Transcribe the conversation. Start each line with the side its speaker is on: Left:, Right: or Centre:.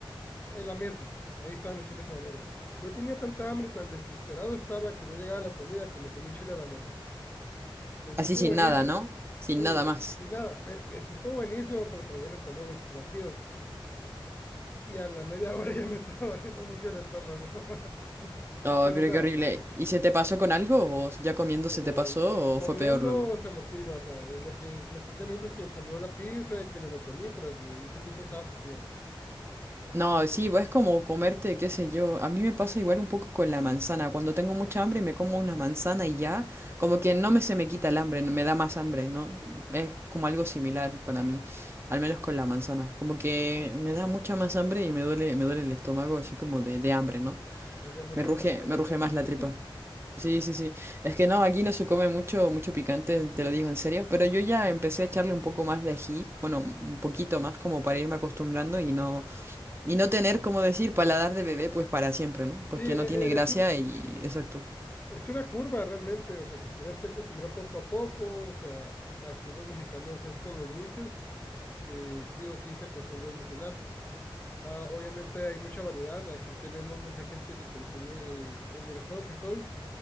Left: en la mesa. Ahí estaban los chiles habaneros. yo tenía tanta hambre y tan desesperado estaba que no llegaba la comida que me comí un chile habanero. Me supo
Right: Así sin
Left: buenísimo.
Right: nada, ¿no? Sin
Left: Sí,
Right: nada más.
Left: sin nada, me, me supo buenísimo, pero traía el estómago vacío. Y a la media hora ya me <laughs> estaba doliendo mucho el estómago. <laughs>
Right: No,
Left: Pero,
Right: pero
Left: o sea,
Right: qué horrible. ¿Y se te pasó con algo? ¿O ya comiendo
Left: eh,
Right: se te pasó
Left: com- comiendo
Right: o fue peor luego?
Left: se amortigua, o sea, en lo que, los 30 minutos que salió la pizza y que me lo comí, pero en ese tiempo estaba sufriendo. pues.
Right: No, sí, pues, es como comerte, qué sé yo. A mí me pasa igual un poco con la manzana. Cuando tengo mucha hambre me como una manzana y ya, como que no me se me quita el hambre, me da más hambre, ¿no? Es como algo similar para mí, al menos con la manzana. Como que me da mucha más hambre y me duele, me duele el estómago, así como de, de hambre, ¿no?
Left: Entonces ya mejor
Right: Me ruge,
Left: ni comes
Right: me
Left: manzana.
Right: ruge más la
Left: <laughs>
Right: tripa. Sí, sí, sí. Es que no, aquí no se come mucho, mucho picante, te lo digo en serio, pero yo ya empecé a echarle un poco más de ají, bueno, un poquito más como para irme acostumbrando y no, y no tener, como decir, paladar de bebé pues para siempre, ¿no? Porque
Left: Sí, e-
Right: no tiene
Left: e-
Right: gracia
Left: es un,
Right: y exacto.
Left: Es una curva realmente, o sea, te tienes que acostumbrar poco a poco, o sea, aquí los mexicanos es con los dulces, que sí o sí se acostumbran al final. Ah, obviamente hay mucha variedad, aquí tenemos mucha gente que consume, en el estado que estoy,